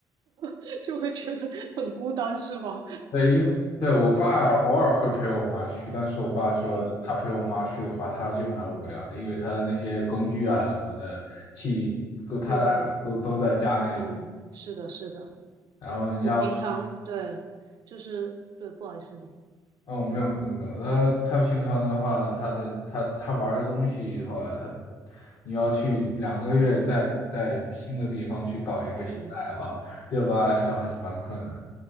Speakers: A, on the right (about 55°); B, on the left (about 55°).
A: <laughs> 就会觉得很孤单，是吗？
B: 对，因为对我爸偶尔会陪我妈去，但是我爸说他陪我妈去的话，
A: <laughs> 嗯，
B: 他就蛮无聊的，因为他的那些工具啊什么的器都他大都都在家那边
A: 对，嗯，是的，是的。
B: 然后你要
A: 我平常对，就是对，不好意思你，
B: 哦，
A: 对，
B: 没有没有没有，他他平常的话，他的他他玩的东西的话，他你要去两个月在在新的地方去搞一个新的爱好，
A: 嗯，
B: 对我爸来说还是蛮困难的